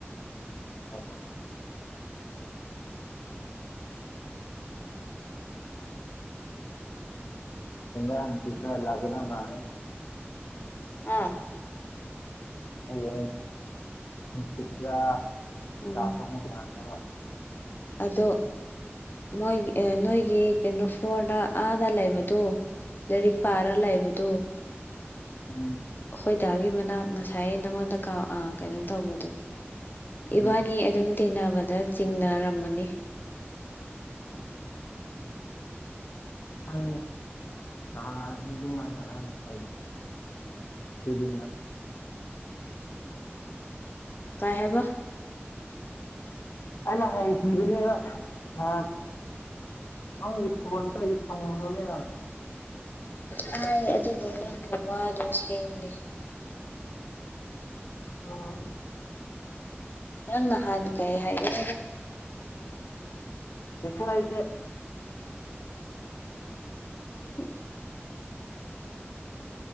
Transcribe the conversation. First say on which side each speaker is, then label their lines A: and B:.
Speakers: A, on the left (about 65°); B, on the left (about 45°).
A: ꯑ ꯑ ꯑꯟꯆꯤꯂ ꯑꯦꯒ ꯊꯉꯅꯦꯦ
B: ꯑꯥ
A: ꯌꯦ ꯆꯠꯇꯥ
B: ꯎꯝ
A: ꯔꯥꯁ ꯀ
B: ꯑꯗꯣ ꯃꯣꯏ ꯅꯣꯏꯒꯤ ꯀꯩꯅꯣ ꯐ꯭ꯂꯣꯔꯗ ꯑꯥꯗ ꯂꯩꯕꯗꯨ ꯂꯥꯏꯔꯤꯛ ꯄꯥꯔ ꯂꯩꯕꯗꯨꯣ
A: ꯎꯝ
B: ꯍꯣꯏꯗꯥꯒꯤ ꯃꯅꯥꯛ ꯉꯁꯥꯏ ꯅꯪꯉꯣꯟꯗ ꯀ ꯀꯩꯅꯣ ꯇꯧꯕꯗꯣ
A: ꯎꯝ
B: ꯏꯕꯥꯅꯤ ꯑꯗꯨꯝ ꯇꯤꯟꯅꯕꯗ ꯆꯤꯡꯅꯔꯝꯕꯅꯤ
A: ꯑ ꯂꯔ ꯑꯗꯨꯨꯝ ꯃ ꯀꯥꯏꯦ ꯁꯨꯗꯤ
B: ꯀꯥꯏ ꯍꯥꯏꯦꯕ
A: ꯑ ꯍꯥꯏꯕꯅꯦꯕ ꯑ ꯅꯪꯒꯤ ꯐꯃꯣꯟ ꯇꯗꯤ ꯊꯅꯅꯦ
B: ꯍꯥꯏꯥꯏ ꯑꯗꯨꯕꯨ ꯅ ꯋꯥꯗꯣ ꯍꯦꯡꯗꯤ
A: ꯑꯣ
B: ꯅꯪ ꯅꯍꯥꯟ ꯀꯩ ꯍꯥꯏꯔ
A: ꯄꯦꯁꯅꯥꯏ
B: ꯍꯣꯏ